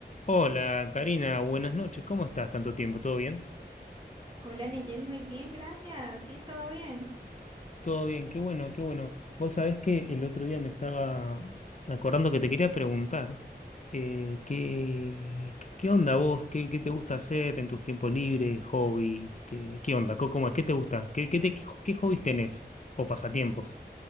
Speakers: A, on the left; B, on the right.
A: Hola, Karina, buenas noches. ¿Cómo estás? ¿Tanto tiempo? ¿Todo bien?
B: Hola Neyen, muy bien, gracias. Sí, todo bien.
A: Todo bien, qué bueno, qué bueno. Vos sabés que el otro día me estaba acordando que te quería preguntar, eh, ¿qué, qué, qué onda vos? ¿Qué, qué te gusta hacer en tus tiempos libres, hobbies? ¿Qué, qué onda? ¿Cómo, cómo es? ¿Qué te gusta? ¿Qué, qué, te- qué hobbies tenés o pasatiempos?